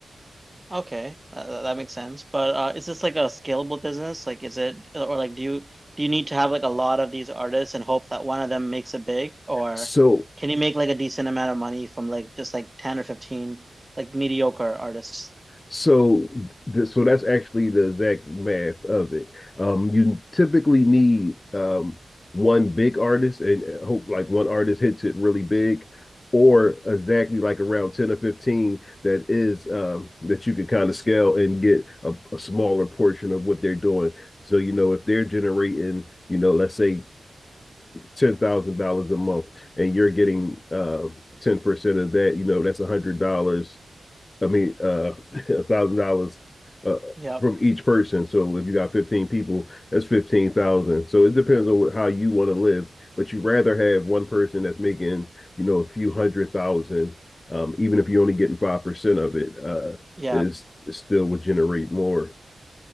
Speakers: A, on the right; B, on the left.
A: okay, uh, that makes sense. But uh, is this like a scalable business? Like, is it or like do you do you need to have like a lot of these artists and hope that one of them makes it big, or
B: So
A: can you make like a decent amount of money from like just like ten or fifteen like mediocre artists?
B: So, th- so that's actually the exact math of it. Um, you typically need um, one big artist, and uh, hope like one artist hits it really big, or exactly like around ten or fifteen that is um, that you can kind of scale and get a, a smaller portion of what they're doing. So, you know, if they're generating, you know, let's say ten thousand dollars a month, and you're getting uh, ten percent of that, you know, that's a hundred dollars I mean, uh, <laughs> a thousand dollars uh,
A: Yep.
B: from each person. So if you got 15 people, that's 15,000. So it depends on how you want to live, but you rather have one person that's making, you know, a few hundred thousand, um, even if you're only getting 5% of it, uh,
A: Yeah.
B: is still would generate more